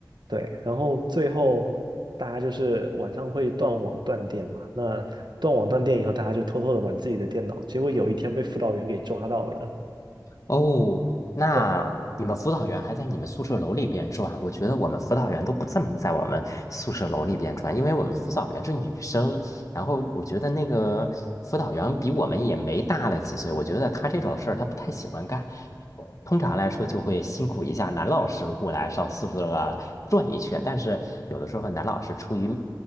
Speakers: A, on the right; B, on the left.
A: 对，然后最后大家就是晚上会断网断电嘛，那断网断电以后，大家就偷偷的玩自己的电脑，结果有一天被辅导员给抓到了。
B: 哦，那你们辅导员还在你们宿舍楼里边转？
A: 对。
B: 我觉得我们辅导员都不怎么在我们宿舍楼里边转，因为我们辅导员是女生，然后我觉得那个辅导员比我们也没大了几岁，我觉得他这种事儿他不太喜欢干，通常来说就会辛苦一下男老师过来上宿舍啊转一圈，但是有的时候男老师出于